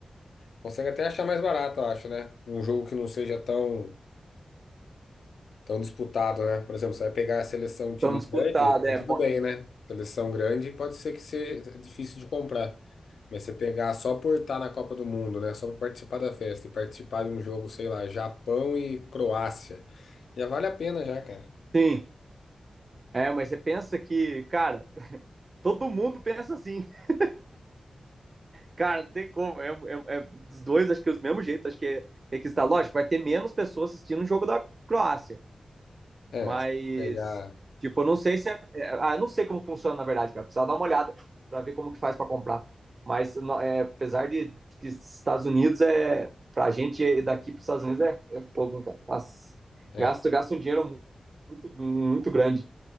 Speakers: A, on the left; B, on the right.
A: consegue até achar mais barato, eu acho, né? Um jogo que não seja tão, tão disputado, né? Por exemplo, você vai pegar a seleção time
B: tão disputado,
A: grande, aí
B: é.
A: tudo
B: pode-
A: bem, né? Seleção grande pode ser que seja difícil de comprar. Mas você pegar só por estar na Copa do Mundo, né? Só para participar da festa e participar de um jogo, sei lá, Japão e Croácia, já vale a pena já, cara.
B: Sim. É, mas você pensa que, cara, todo mundo pensa assim. <laughs> Cara, não tem como. É, é- é- os dois, acho que é do mesmo jeito. Acho que é requisitado. Lógico, vai ter menos pessoas assistindo o jogo da Croácia.
A: É,
B: Mas,
A: se pegar
B: tipo, eu não sei se é. é, Ah, eu não sei como funciona, na verdade, cara. Precisava dar uma olhada para ver como que faz para comprar. Mas é, apesar de que Estados Unidos é. Pra gente é- daqui para os Estados Unidos é, é fogo, hein, cara. Nossa,
A: é,
B: gasto, gasto um dinheiro muito, muito grande.